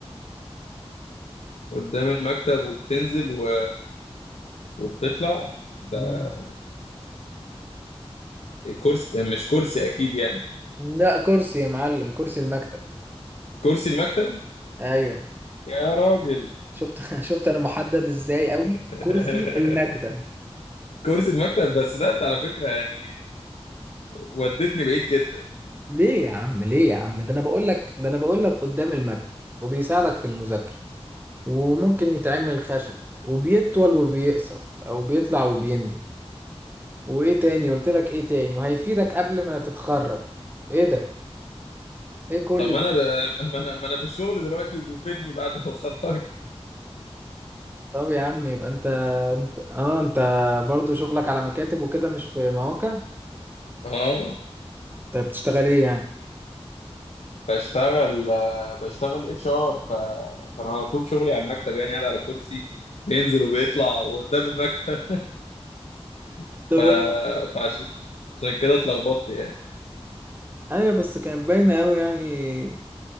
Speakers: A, on the left (about 80°); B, on the right (about 20°).
A: قدام المكتب وبتنزل و... وبتطلع ده
B: مم.
A: كرسي مش كرسي أكيد يعني
B: لا كرسي يا معلم كرسي المكتب
A: كرسي المكتب
B: ايوه
A: يا راجل
B: شفت <laughs> شفت انا محدد ازاي قوي
A: <laughs>
B: كرسي المكتب
A: كرسي المكتب بس ده انت على فكرة يعني ودتني بعيد جدا
B: ليه يا عم ليه يا عم ده انا بقول لك ده انا بقول لك قدام المكتب وبيساعدك في المذاكرة وممكن يتعمل خشب وبيطول وبيقصر او بيطلع وبينزل وايه تاني قلت لك ايه تاني وهيفيدك قبل ما تتخرج ايه ده ايه كل
A: طب ما
B: ده
A: انا ب... ما انا ما انا في الشغل دلوقتي وبيفيدني بعد ما اتخرجت
B: طب يا عم يبقى انت انت اه انت برضو شغلك على مكاتب وكده مش في مواقع
A: اه
B: طيب بتشتغل ايه يعني
A: بشتغل آه، بشتغل اتش ار ف... فانا على طول شغلي على المكتب يعني قاعد على كرسي بينزل وبيطلع وقدام المكتب <laughs>
B: طب
A: ف...
B: انا
A: فعشان عشان كده اتلخبطت يعني
B: ايوه بس كانت باينه قوي يعني